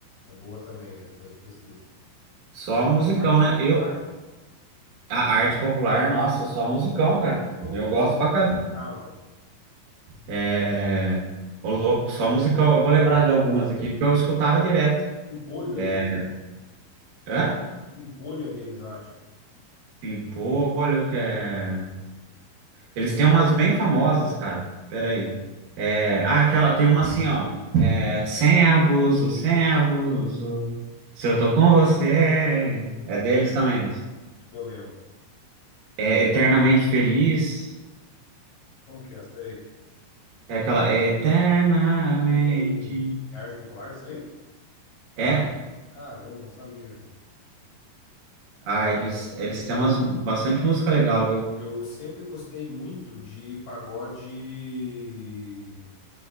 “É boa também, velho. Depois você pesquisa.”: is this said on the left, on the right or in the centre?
Left